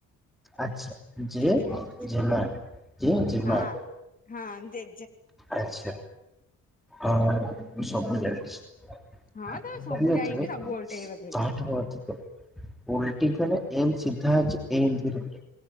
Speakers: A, in the centre; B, on the left.
A: ଆଚ୍ଛା ଜେ
B: ହୁଁ
A: ଜେମା ଜେ ଜେମା।
B: ହଁ। ହଁ ଜେ
A: ଆଛା ହଁ ମୁ ସବୁ ଜାଣିଚି।
B: ହଁ
A: ଜାଣିନଥିବେ
B: ତମେ ସବୁ ଜାଣିକି ସବୁ
A: ତମ
B: ଓଲଟେଇ ପକେଇଛ।
A: ଠାରୁ ଅଧିକ। <unintelligible>